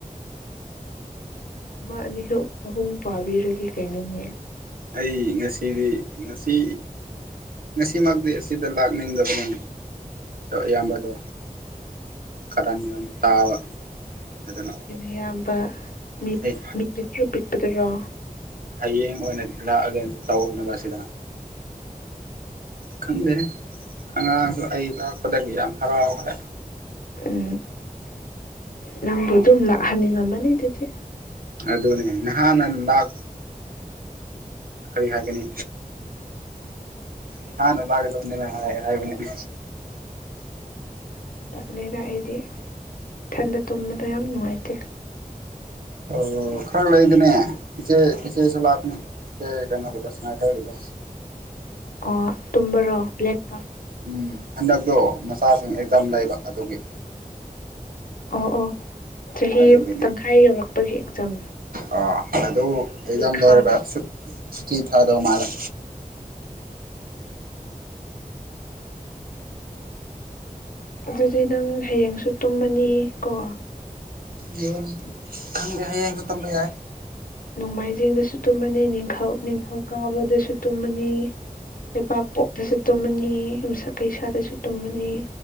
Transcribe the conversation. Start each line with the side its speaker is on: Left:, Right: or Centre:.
Left: ꯑꯃ ꯑꯅꯤꯍꯨ ꯑꯍꯨꯝ ꯄꯥꯕꯤꯔꯒꯦ ꯀꯩꯅꯣꯅꯦ
Right: ꯑꯩ ꯉꯁꯤꯗꯤ ꯉꯁꯤ ꯉꯁꯤꯃꯛꯇꯤ ꯑꯁꯤꯗ ꯂꯥꯛꯅꯤꯡꯗꯕꯅꯦ ꯑꯌꯥꯝꯕꯗꯣ ꯀꯔꯟ ꯌꯥꯝ ꯇꯥꯕ ꯑꯗꯨꯅ
Left: ꯅꯪꯒꯤꯅꯦ ꯅꯌꯥꯝꯕ ꯃꯤ
Right: ꯑꯩ
Left: ꯃꯤ ꯄꯤꯛꯇ꯭ꯔꯨ ꯄꯤꯛꯄꯗꯨꯔꯣ
Right: ꯍꯌꯦꯡ ꯑꯣꯏꯅ ꯂꯥꯛꯑꯒꯦ ꯇꯧꯅꯕ ꯑꯁꯤꯗ
Left: <inaudible>
Right: ꯈꯪꯗꯦꯅꯦ ꯑꯉꯥꯡꯁꯨ ꯑꯩ ꯂꯥꯛꯄꯗꯒꯤ ꯌꯥꯝ ꯍꯔꯥꯎꯈ꯭ꯔꯦ
Left: ꯎꯝ ꯅꯪꯕꯨ ꯑꯗꯨꯝ ꯂꯥꯛꯍꯟꯅꯤꯡꯉꯝꯃꯅꯤ ꯑꯗꯨꯗꯤ
Right: ꯑꯗꯨꯅꯦ ꯅꯍꯥꯟꯅ ꯂꯥꯛ ꯀꯔꯤ ꯍꯥꯏꯒꯅꯤ ꯅꯍꯥꯟꯅ ꯂꯥꯛꯀꯗꯕꯅꯤꯅ ꯍꯥꯏ ꯍꯥꯏꯕꯅꯤꯅꯦ
Left: ꯇꯟꯂꯦꯗ ꯑꯩꯗꯤ ꯏꯊꯟꯗ ꯇꯨꯝꯕꯗꯣ ꯌꯥꯝ ꯅꯨꯡꯉꯥꯏꯇꯦ
Right: ꯑꯣ ꯈꯔ ꯂꯩꯗꯅꯦ ꯏꯆꯦ ꯏꯆꯦꯁꯨ ꯂꯥꯛꯀꯅꯦ ꯏꯦ ꯀꯩꯅꯣꯒꯤꯗ ꯁꯉꯥꯏ ꯈꯔꯒꯤꯗ
Left: ꯑ ꯇꯨꯝꯝꯕꯔꯣ ꯂꯦꯛꯄ
Right: ꯎꯝ ꯍꯟꯗꯛꯇꯣ ꯃꯆꯥꯁꯤꯡ ꯑꯦꯛꯖꯥꯝ ꯂꯩꯕ ꯑꯗꯨꯒꯤ
Left: ꯑꯣ ꯑꯣ ꯆꯍꯤ
Right: ꯑꯗꯨꯒꯤꯅꯤ
Left: ꯇꯪꯈꯥꯏ ꯌꯧꯔꯛꯄꯒꯤ ꯑꯦꯛꯖꯥꯝ
Right: ꯑꯥ ꯑꯗꯨ
Left: ꯄꯔꯤꯈꯥ
Right: ꯑꯦꯛꯖꯥꯝ ꯂꯣꯏꯔꯒ ꯁꯨꯠ ꯁꯨꯇꯤ ꯊꯥꯗꯧ ꯃꯥꯜꯂꯦ
Left: ꯑꯗꯨꯗꯤ ꯅꯪ ꯍꯌꯦꯡꯁꯨ ꯇꯨꯝꯃꯅꯤ ꯀꯣ
Right: ꯌꯦ ꯈꯪꯗꯦ ꯍꯥꯌꯦꯡꯁꯨ ꯇꯨꯝꯕ ꯌꯥꯏ
Left: ꯅꯣꯡꯃꯥꯏꯖꯤꯡꯗꯁꯨ ꯇꯨꯝꯃꯅꯤ ꯅꯤꯡꯊꯧ ꯅꯤꯡꯊꯧꯀꯥꯕꯗꯁꯨ ꯇꯨꯝꯃꯅꯤ ꯂꯩꯄꯥꯛꯄꯣꯛꯇꯁꯨ ꯇꯨꯝꯃꯅꯤ ꯌꯨꯝꯁꯛ ꯀꯩꯁꯥꯗꯁꯨ ꯇꯨꯝꯃꯅꯤ